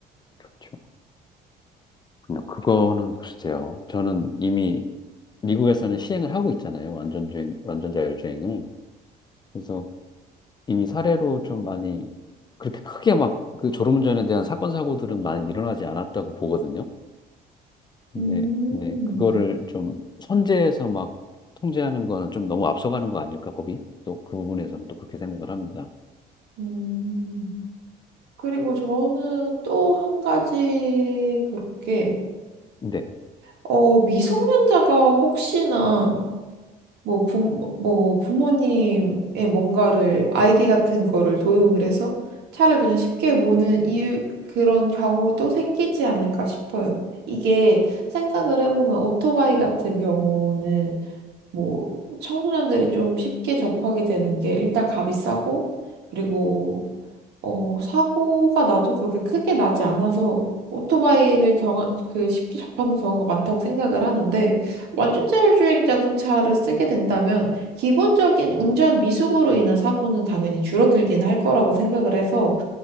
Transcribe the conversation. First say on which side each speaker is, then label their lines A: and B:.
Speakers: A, on the left; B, on the right.
A: 그렇죠. 그냥 그거는 글쎄요. 저는 이미 미국에서는 시행을 하고 있잖아요. 완전 주행, 완전 자율주행을. 그래서 이미 사례로 좀 많이 그렇게 크게 막 그 졸음운전에 대한 사건 사고들은 많이 일어나지 않았다고 보거든요. 근데
B: 음,
A: 네, 그거를 좀 선제해서 막 통제하는 거는 좀 너무 앞서가는 거 아닐까 법이? 또 그 부분에서는 또 그렇게 생각을 합니다.
B: 음. 그리고 저는 또 한 가지 그렇게,
A: 근데
B: 어, 미성년자가 혹시나 뭐, 부, 뭐 부모님의 뭔가를 아이디 같은 거를 도용을 해서 차를 그냥 쉽게 모는 이유 그런 경우도 생기지 않을까 싶어요. 이게 생각을 해보면 오토바이 같은 경우는 뭐 청소년들이 좀 쉽게 접하게 되는 게 일단 값이 싸고 그리고 어, 사고가 나도 그렇게 크게 나지 않아서 오토바이를 경하, 그 쉽게 접하는 경우가 많다고 생각을 하는데 완전 자율주행 자동차를 쓰게 된다면 기본적인 운전 미숙으로 인한 사고는 당연히 줄어들긴 할 거라고 생각을 해서